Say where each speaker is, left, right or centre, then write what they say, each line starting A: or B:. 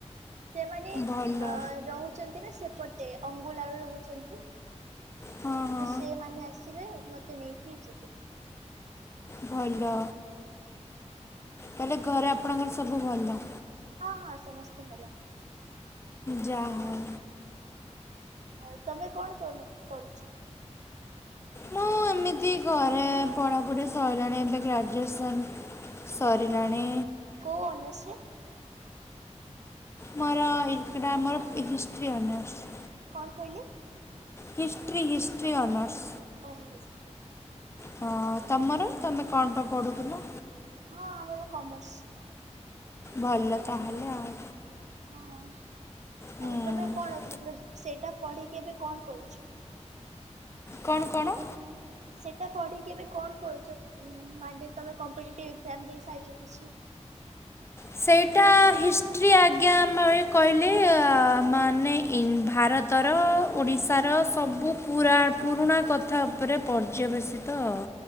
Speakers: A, on the right; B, on the left.
A: ସେମାନେ ଅ
B: ଭଲ
A: ରହୁ ଚନ୍ତି ନା ସେପଟେ ଅଙ୍ଗୁଲ ଆଡେ ରହୁଚନ୍ତି।
B: ହଁ ହଁ
A: ତ ସେମାନେ ଆସିବେ ମତେ ନେଇକି ହି ଯିବେ।
B: ଭଲ। ତାହିଲେ ଘରେ ଆପଣଙ୍କର ସବୁ ଭଲ।
A: ହଁ ହଁ ସମସ୍ତେ ଭଲ।
B: ଯାହଉ।
A: ହଁ ତମେ କଣ କର କରୁଛ?
B: ମୁଁ ଏମିତି ଘରେ ପଢାପଡି ସଇଲାଣି ଏବେ ଗ୍ରାଜୁଏସନ୍। ସରିିଲାଣି।
A: କଉ ଓନର୍ସିପ୍?
B: ମୋର ଏଇଟା ମୋର ହିଷ୍ଟ୍ରି ଅନର୍ସ।
A: କଣ କହିଲେ?
B: History history honours.
A: ଓହୋ ହିଷ୍ଟ୍ରି
B: ହଁ ତମର ତମେ କଣ ତ ପଢୁଥିଲ।
A: ହଁ ଆମର କମର୍ସ।
B: ଭଲ ତାହେଲେ ଆଉ।
A: ହଁ
B: ହୁଁ
A: ଆଉ ତମେ କଣ ଭଲ ସେଇଟା ପଢିକି ଏବେ କଣ କରୁଚ?
B: କଣ କଣ?
A: ସେଇଟା ପଢୀକି ବି କଣ କରୁଚ ମାନେ ତୁମେ କମ୍ପିଟେଟିଭ୍ ଏକ୍ଜାମ ଦେଇସାରିଛ କିଛି?
B: ସେଇଟା ହିଷ୍ଟ୍ରି ଆଜ୍ଞା ଆମେ କହିଲେ ମାନେ ଇନ୍ ଭାରତ ଉତ୍ତର ଓଡ଼ିଶାର ସବୁ ପୁରା ପୁରୁଣା କଥା ଉପରେ ପର୍ଯ୍ୟବେସିତ ଆଉ।